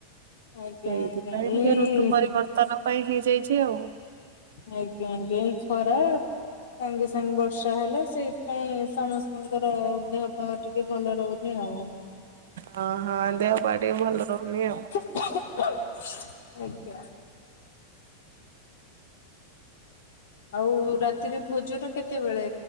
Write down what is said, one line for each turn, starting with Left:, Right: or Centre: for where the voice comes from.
Left: ଆଜ୍ଞା
Right: ସେଇଥିପାଇଁ
Left: ଆଜ୍ଞା
Right: ଟିକେ
Left: ଏଇ
Right: ଋତୁ ପରିବର୍ତ୍ତନ ପାଇଁ ହେଇଯାଇଛି ଆଉ
Left: ଆଜ୍ଞା ଆଜ୍ଞା ବହୁତ୍ ଖରା ସାଙ୍ଗେ ସାଙ୍ଗେ ବର୍ଷା ହେଲା ସେଇପାଇଁ ସମସ୍ତଙ୍କର ଦେହ ପା ଟିକେ ଭଲ ରହୁନି ଆଉ
Right: ହଁ ହଁ ଦେହ ପା ଟିକେ ଭଲ ରହୁନି ଆଉ
Left: ଆଜ୍ଞା ଆଉ ରାତିରେ ଭୋଜନ କେତେବେଳେ